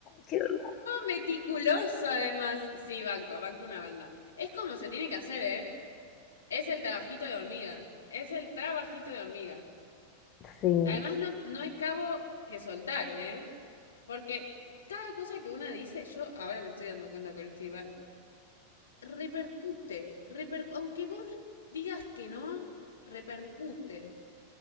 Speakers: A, on the left; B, on the left.
A: qué vergüenza.
B: meticuloso además. Sí, banco, banco una banda. Es como se tiene que hacer, ¿eh? Es el trabajito de hormiga. Es el trabajito de hormiga.
A: Sí.
B: Además, no, no hay cabo que soltar, ¿eh? Porque cada cosa que una dice, yo ahora me estoy dando cuenta con este Iván, repercute, repercu- aunque vos digas que no, repercute.